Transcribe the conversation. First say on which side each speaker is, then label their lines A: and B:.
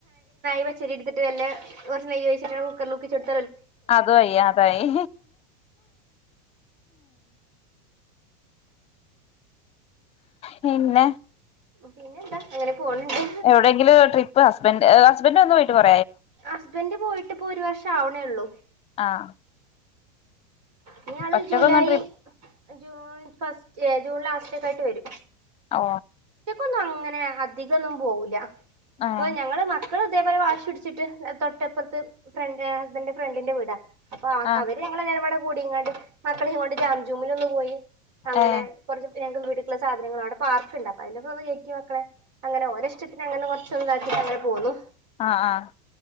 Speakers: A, on the right (about 80°); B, on the left (about 30°).
A: ന <inaudible> ചരിടുട്ട് വല്ല കുറച്ച് നെയ്യ്ഴിട്ട കുക്കറിൽ കുക്കിച്ച കൊടു <inaudible>
B: അതും അയ്യാതായി പിന്നെ
A: പിന്നെ എന്താ അങ്ങനെ പോണണ്ട്
B: എവിടെയെങ്കിലും ട്രിപ്പ് ഇപ്പ ഹസ്ബന്റ് ഹസ്ബൻഡ് വന്നു വീട്ടിൽ <unintelligible>
A: ഹസ്ബന്ഡ് പോയിട്ട് ഇപ്പൊ ഒരു വർഷം ആവണേള്ളൂ
B: ആഹ്
A: ഇനി അ യാള്
B: ഒറ്റക്കൊന്നും
A: ജൂലൈ
B: ട്രിപ്പ്
A: ജൂൺ ഫസ് യെ ജൂൺ ലാസ്റ്റേക്ക ആയിട്ട് വരും
B: ഓ
A: പ്പം ഒന്നും അങ്ങനെ അധികകൊന്നും പോവൂല
B: ഏഹ്
A: ഓ ഞങ്ങള് മ മക്കൾ ഇതേപോലെ വാശിടിച്ചിട്ട് തൊട്ടപ്പുറത്ത് ഫ്രണ്ട ഹസ്ബൻഡന്റെ ഫ്രണ്ടിന്റെ വീടാ അപ്പൊ
B: ആഹ്
A: അവര് ഞങ്ങളെ നിലപാടു കൂടി ഇങ്ങ് മക്കള ഇങ്ങോട്ട് ജാം ജൂമിൽ ഒന്നു പോയി അങ്ങനെ
B: ഏഹ്
A: കുറച്ച് ഞങ്ങൾ വീട്ടിലേക്കുള്ള സാധങ്ങൾ ആണ് അവുടെ പാർ ണ്ട് അപ്പ അതിലൊക്ക ഒക്കെ കേറ്റി മക്കളെ അങ്ങനെ ഓരോ ഇഷ്ടത്തിന് അങ്ങനെ കൊർച്ചതാക്കി അങ്ങനെ പോന്നു
B: ആ ആ